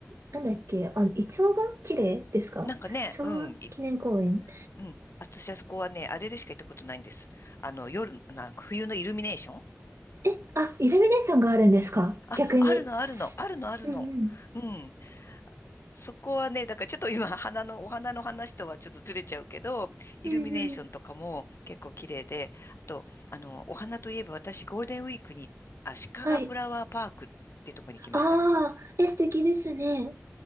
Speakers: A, on the right; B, on the left.
A: なんだっけ、あの、イチョウが綺麗ですか昭和記念公園。
B: なんかね、うん。いうん。私あそこはね、あれでしか行ったことないんです。あの、夜、な、冬のイルミネーション
A: え、あ、イルミネーションがあるんですか逆に。
B: あ、あるのあるの、あるのあるの。
A: うんうん。
B: うん。そこはね、だからちょっと今、花の、お花の話とはちょっとずれちゃうけど、イルミネーションとかも結構綺麗で、
A: うんうん。
B: あと、あの、お花といえば私、ゴールデンウィークに、あ、鹿ヶフラワーパークってとこに来ました。
A: はい。ああ、え、素敵ですね。よ